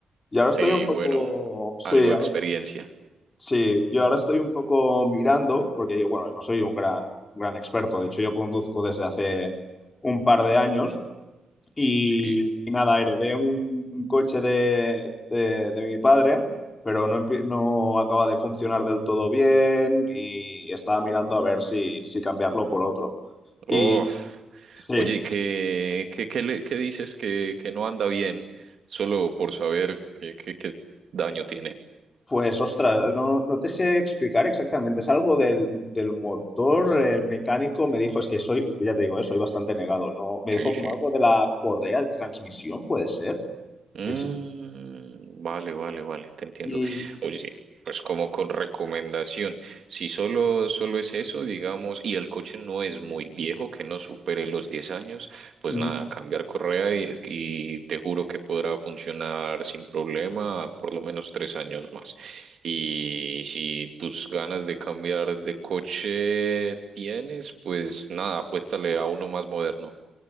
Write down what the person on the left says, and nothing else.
y ahora
estoy un poco,
sí,
ahora,
sí, yo ahora estoy un poco mirando, porque yo, bueno, no soy un gran, un gran experto, de hecho yo conduzco desde hace un par de años, Y,
y nada, heredé un, un coche de, de- de mi padre, pero no, empie- no acaba de funcionar del todo bien y estaba mirando a ver si, si cambiarlo por otro.
Y sí,
pues ostras, no, no te sé explicar exactamente, es algo del, del motor, el mecánico me dijo, es que soy, ya te digo, eh, soy bastante negado, ¿no? Me
dijo como
algo de la correa de transmisión, puede ser.
Existe.
Y...
Ujú.